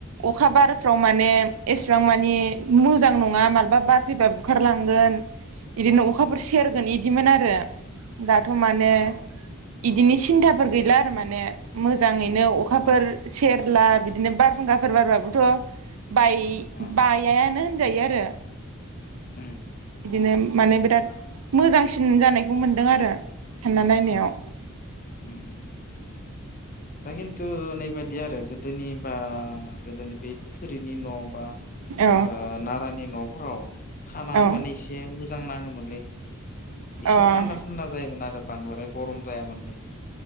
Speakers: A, on the right (about 90°); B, on the left (about 40°).
A: अखा बारफ्राव
B: उम
A: माने एसेबां मानि मोजां नङा माबबा बार फैबा बुखारलांगोन बिदिनो अखाफोर
B: औ
A: सेरगोन बिदिमोन आरो दाथ' माने
B: औ
A: बिदिनो सिन्थाफोर गैला आरो माने मोजाङैनो अखाफोर
B: अ
A: सेर ला बिदिनो बार फुंखाफोर बारबाबोथ' बाय
B: अ
A: बायानो होन जायो आरो
B: उम।
A: बिदिनो माने बिराद मोजांसिन जानायखौ मोनदों आरो सान्ना नायनायाव
B: औ उम दा खिन्थु नैबाददि आरो गोदोनि बा गोदोनि बे थोरिनि न' बा।
A: औ
B: आ नारानि न'फोराव थानानै
A: औ
B: माने एसे मोजां नाङोमोनलै एसे
A: अ
B: थान्दा थान्दा जायोमोन आरो बांद्राय गरम जायामोन बे